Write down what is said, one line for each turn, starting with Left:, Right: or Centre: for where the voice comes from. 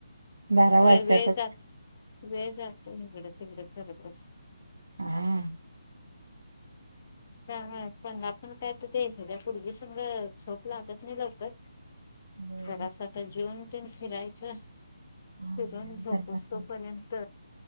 Right: बारा
Left: होय
Right: वाजत्यातच.
Left: वेळ जात वेळ जातो इकडं तिकडं करतच.
Right: हा
Left: पण आपण काय तर ते द्यायचं पोरगी संघ झोप लागत नाही लवकर
Right: होय
Left: जरा असं तर जेवून तन फिरायचं
Right: व्यायाम
Left: फिरून झोपूस
Right: करत असतात.
Left: तोपर्यंत,